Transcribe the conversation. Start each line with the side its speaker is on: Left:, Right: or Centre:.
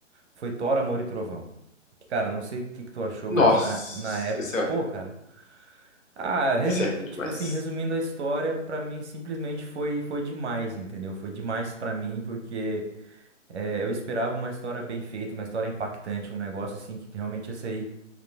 Right: foi Thor, Amor e Trovão. Que, cara, eu não sei o que que tu achou,
Left: Nossa,
Right: mas na, na época,
Left: esse é horrível.
Right: pô, cara. Ah, resu-
Left: Esse é ruim demais.
Right: tipo assim, resumindo a história, pra mim simplesmente foi foi demais, entendeu? Foi demais pra mim porque é, eu esperava uma história bem feita, uma história impactante, um negócio assim que realmente ia sair